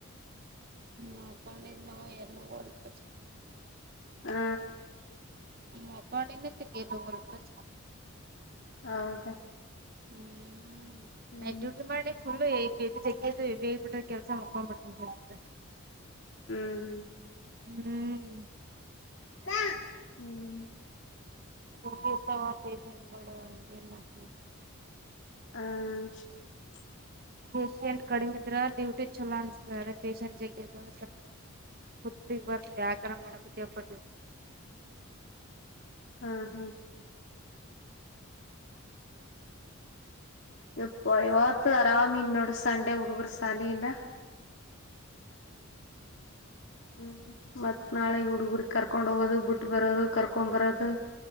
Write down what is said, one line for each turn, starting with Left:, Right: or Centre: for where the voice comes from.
Right: ಮಾಡ್ಕೊಂಡಿದ್ ನಾವು ಎಲ್ಲ ಹಲ್ಪ
Left: ಹಾ
Right: ಹ್ಮ ಪನಗದು ಒಲ್ಬ
Left: ಹೌದಾ
Right: ಹ್ಮ
Left: ಹ್ಮ್
Right: ಮಟು ತ ಮಾಡಾರ್ನಫುಲ್ ಜಗೇಗಪಟ್ಟ ಕೆಲಸ ಮುಕ್ಕನ್ ಪ
Left: ಹ್ಮ್ ಹ್ಮ್
Right: ಹ್ಮ್
Left: ಹ ಹ್ಮ್
Right: ಹೋಗಿ ಇರ್ತವ ಪೇಶಂಟ್ಗಳು ಏನ್ ಮಾಡ್ತನ
Left: ಹ್ಮ
Right: ಪೇಷೆಂಟ್ ಕಡಿಮೆಿದ್ರ ಡ್ಯೂಟಿ ಚಛಲೋ ಅನ್ನಿಸ್ತಾರೆ ಪೇಶಷೆಂಟ್ ಜಗ್ಗ ಕುತ್ಿಗೆ ಬರ್ ವಾಕರಣ ಮಾಡ ದಿಯಪ
Left: ಹ್ಮ್ ಹ್ಮ್ ಇಪ್ಪ ಇವತ್ತು ಆರಾಮ್ ಇನ್ನೋಡುರ ಸಂಡೆ ಹುಡುಗರು ಸಾಲೆ ಇಲ್ಲ ಹ್ಮ್ ಮತ್ ನಾಳೆ ಹುಡುಗರ್ ಕರ್ಕೊಂಡ್ ಹೋಗೋದು ಬಿಟ್ಟ ಬರೋದು ಕರ್ಕೊಂಡ್ ಬರೋದು